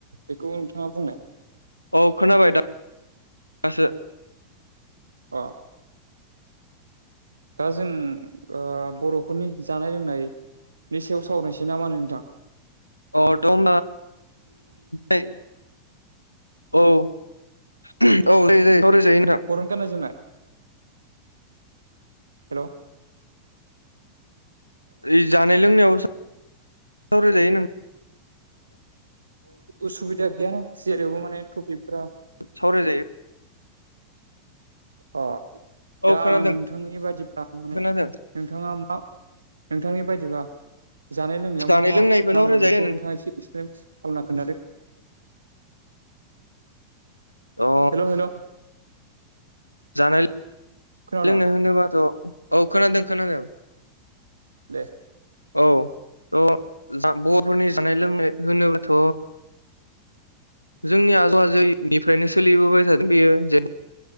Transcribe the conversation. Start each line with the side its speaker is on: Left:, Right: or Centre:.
Right: बेखौ नोंथाङा बुंलाय।
Left: औ खोनाबाय दा दासो।
Right: अ। दा जों ओ बर'फोरनि जानाय लोंनाय नि सायाव सावरायसै ना मा होनो नोंथां?
Left: अ दङो ओम दै औ औ जायो जायो सावराय जायो नोंथां।
Right: बर'नि गाननाय जोमनाय। हेलौ
Left: ओ जानाय लोंनायाव सावरायजायो नों
Right: उसुबिदा गैयाना जेरावबो माने टपिकफ्रा
Left: सावराय जायो।
Right: अ
Left: औ
Right: दा
Left: खोनादों
Right: नोंथांनि बादिब्ला माने
Left: खोनादों
Right: नोंथाङा मा नोंथांनि बायदिबा जानाय लोंनायाव
Left: जानाय
Right: मा मा
Left: लोंनायखौ
Right: नांगौ
Left: सावरायजायो
Right: बेखौ
Left: नों
Right: नोंथाङा एसे इसफ्रेस खालामना खोन्थादो
Left: अ
Right: हेलौ हेलौ
Left: जानाय
Right: खोनादों
Left: लोंनाय होनोबाथ औ खोनादो खोनादों।
Right: देस
Left: औ ओ जा बर'फोरनि जानाय लोंनाय होनोबाथ' जोंनि आजौ आजैनिफ्रायनो सोलिबोबाय थादों बेयो जेन